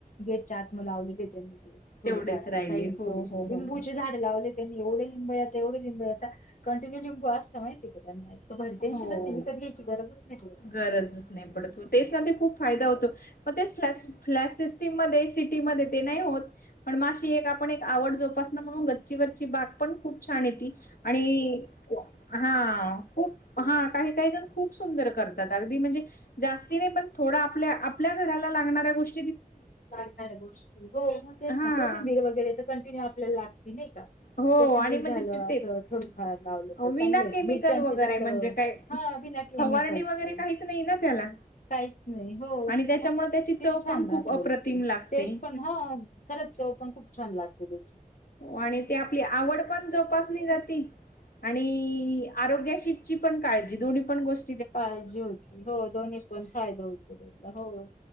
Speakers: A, on the left; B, on the left.
A: गेटच्या आत म लावले की येत्यात तिथे. थोडेफारा
B: तेवढेच राहिले
A: अस हाय ती
B: हो
A: थोडीशी
B: हो
A: लिंबूचे
B: हो हो.
A: झाड लावले त्यांनी एवढे लिंब येता एवढे लिंब येता, कंटिन्यू लिंबू असता माहिती का त्यांना बर टेन्शनच
B: हो
A: नाही मी कधी यायची गरजच नाही तुला?
B: गरजच नाही पडत त तेच ना खूप फायदा होतो, म ते फल्य- फ्लॅश सिस्टीमध्ये सिटीमध्ये ते नाही होत. पण माशी एक आपण एक आवड जोपासन म्हणून गच्चीवरची बाग पण खूप छान येती आणि हा खूप हा काही काही जण खूप सुंदर करतात अगदी म्हणजे, जास्ती नाही पण थोड आपल्या आपल्या घराला लागणाऱ्या गोष
A: लागणाऱ्या गोष्टी हो म तेच
B: हा
A: ना कोथंबीर वगैरे तर कंटिन्यू आपल्याला लागते नाही का?
B: हो
A: कोथंबीर
B: आणि म्हणजे
A: झालं
B: ते तेच
A: असं थोडफार लावलं
B: विना
A: तर चांगलेत
B: केमिकल
A: मिरच्याची
B: वगैरे
A: झाड.
B: म्हणजे काय
A: हा बिना केमिकलचे.
B: फवारणी वगैरे काहीच नाही ना त्याला
A: काहीच नाही हो
B: आणि त्याच्यामुळे
A: न, किती
B: त्याची चव
A: छान
B: पण खूप
A: राहत
B: अप्रतिम
A: उलट.
B: लागते
A: टेस्ट पण ह खरच चव पण खूप छान लागते त्याची.
B: आणि ते आपली आवड पण जोपाली जाती, आणि आरोग्याशी ची पण काळजी दोनही पण गोष
A: काळजी होती हो दोन्ही पण फायदा होतो त्याचा हो,